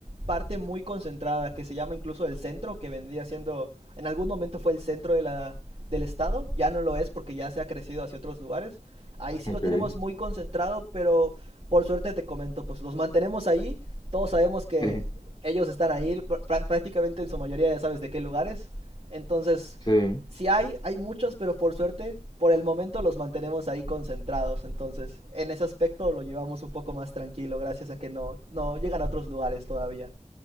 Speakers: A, on the right; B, on the left.
A: parte muy concentrada que se llama incluso el centro, que vendría siendo, en algún momento fue el centro de la, del estado, ya no lo es porque ya se ha crecido hacia otros lugares. Ahí sí
B: Ok.
A: lo tenemos muy concentrado, pero por suerte te comento, pues los mantenemos ahí, todos sabemos que
B: Eh,
A: ellos están ahí pr prácticamente en su mayoría, ya sabes de qué lugares. Entonces,
B: sí.
A: si hay, hay muchos, pero por suerte, por el momento los mantenemos ahí concentrados. Entonces, en ese aspecto lo llevamos un poco más tranquilo, gracias a que no, no llegan a otros lugares todavía.